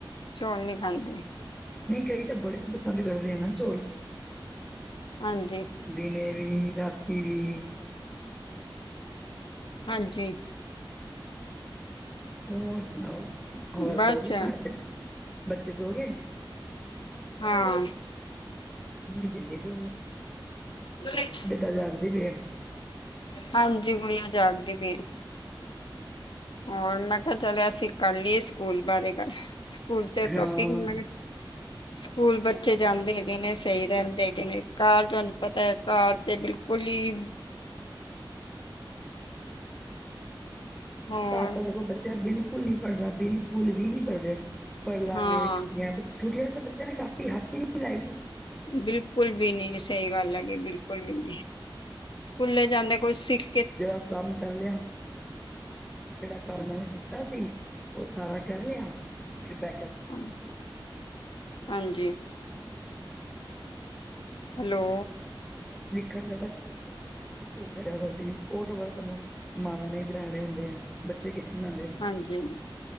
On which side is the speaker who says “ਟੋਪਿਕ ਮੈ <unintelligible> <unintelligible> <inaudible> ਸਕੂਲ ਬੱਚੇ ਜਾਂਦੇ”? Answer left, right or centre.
Left